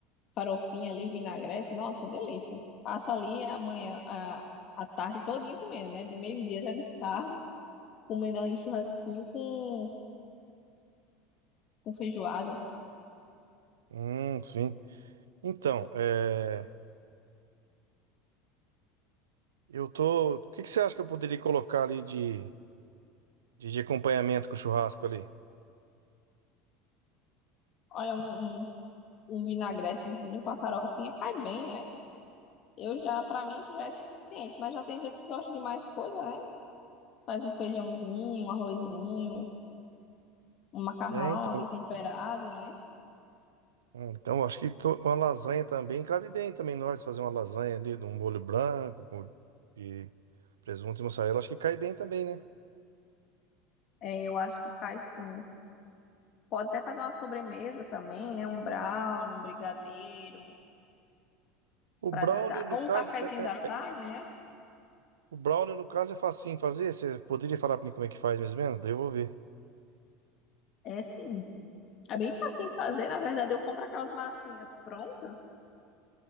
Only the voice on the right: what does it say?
Hum, sim. Então, é... eu tô. O que que você acha que eu poderia colocar ali de, de, de acompanhamento com o churrasco ali?
É, então.
hum, Então, acho que tô- uma lasanha também cabe bem também nós fazer uma lasanha ali de um molho branco com e presunto e mussarela. Acho que cai bem também, né?
O
brownie,
no
caso,
é,
é-
o brownie, no caso, é facinho fazer. Você poderia falar para mim como é que faz mais ou menos? Daí eu vou ver.